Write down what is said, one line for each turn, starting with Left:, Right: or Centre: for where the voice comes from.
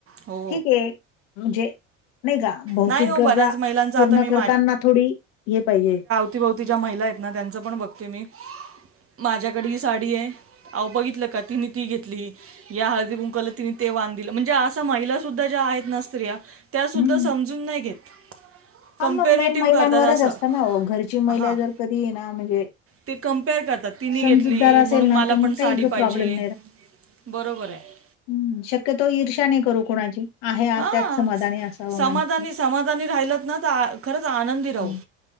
Right: हो.
Left: ठीक आहे म्हणजे नाही का भौतिक
Right: नाही हो
Left: गरजा
Right: बऱ्याच महिलांचा
Left: पूर्ण
Right: आता मी
Left: करताना थोडी हे पाहिजे
Right: अतीभोवती ज्या महिला आहेत ना त्यांचं पण बघते मी माझ्याकडे ही साडी आहे आहो बघितलं का तिने ती घेतली या हळदी कुंकला तिने ते वान दिलं म्हणजे असा महिला सुुद्धा ज्या आहेत ना स्त्रिया त्या
Left: हम्म
Right: सुद्धा समजून नाही घेत कम्पेरेटिव्ह
Left: हा मग मेन महिलांवरच
Right: करतात असं.
Left: असतं ना घरची महिला
Right: हां.
Left: जर कधी ना म्हणजे
Right: ते कम्पेअर करतात तिने
Left: समजूतदार
Right: घेतली
Left: असेल
Right: म्हणून
Left: ना
Right: मला
Left: तर मग
Right: पण
Left: काही
Right: साडी
Left: ग-
Right: पाहिजे
Left: प्रॉब्लेम
Right: बरोबर आहे
Left: हम् शक्यतो ईर्षाने करू कुणाची आहे
Right: हां
Left: त्याच समाधानी असावं
Right: समाधानी
Left: माणसाने
Right: समाधानी राहिलत ना तर खरंच आ आनंदी राहू
Left: मग